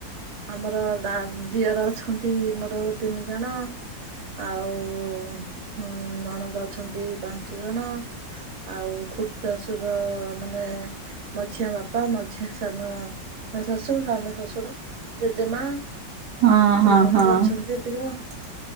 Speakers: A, on the right; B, on the right.
A: ଆମର ଦା ଦିଅର ଅଛନ୍ତି ମୋର ତିନି ଜଣ ଆଉ ନଣନ୍ଦ ଅଛନ୍ତି ପାଞ୍ଚ ଜଣ ଆଉ ଖୁର୍ଦ୍ତାସୁର ମାନେ ମଝିଆ ବାପା ମଝିଆ ସାନ ଶଶୁ ସାନ ଶ୍ୱଶୁର ଜେଜେମା ସବୁ
B: ହଁ ହଁ
A: ଆମର
B: ହଁ
A: ଅଛନ୍ତି। <unintelligible>